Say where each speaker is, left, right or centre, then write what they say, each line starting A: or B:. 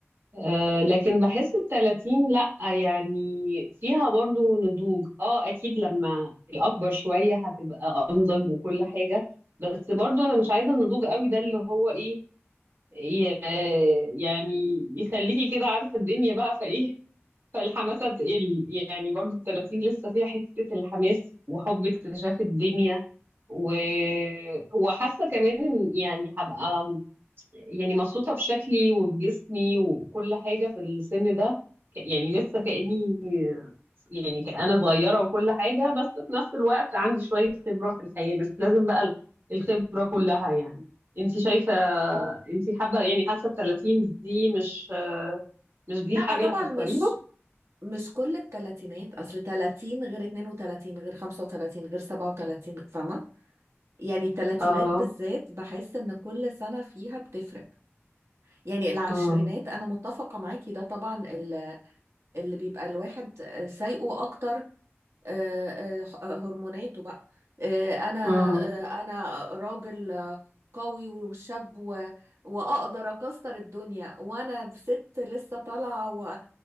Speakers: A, on the right (about 55°); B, on the right (about 75°).
A: أه لكن بحس التلاتين لأ يعني فيها برضو نضوج اه أكيد لما الأكبر شوية هتبقى أنضج وكل حاجة بس برضو أنا مش عايزة النضوج قوي ده اللي هو إيه ي- يعني يخليكي كده عارفة الدنيا بقى فايه فالحماسة تقل يعني برضو التلاتين لسه فيها حتة الحماس وحب اكتشاف الدنيا و... وحاسة كمان إن يعني هبقى يعني مبسوطة بشكلي وبجسمي وكل حاجة في السن ده ك- يعني لسه كأني يعني ك- انا صغيره وكل حاجه بس في نفس الوقت عندي شويه خبره في الحياه مش لازم بقى ال- الخبره كلها يعني انت شايفه انت حابه يعني حاسه ال 30 دي مش مش دي
B: لا
A: الحاجه
B: طبعا
A: اللي هتختاريها
B: مش مش كل التلاتينات أصل تلاتين غير اتنين وتلاتين غير خمسة وتلاتين غير سبعة وتلاتين فاهمة؟ يعني التلاتينات
A: اه
B: بالذات بحس إن كل سنة فيها بتفرق يعني العشرينات
A: امم
B: انا متفقه معاكي ده طبعا ال- اللي بيبقى الواحد سايقه اكتر آه، آه، هرموناته بقى آه، انا
A: امم
B: آه، انا راجل آه، قوي وشاب و- واقدر اكسر الدنيا وانا في ست لسه طالعه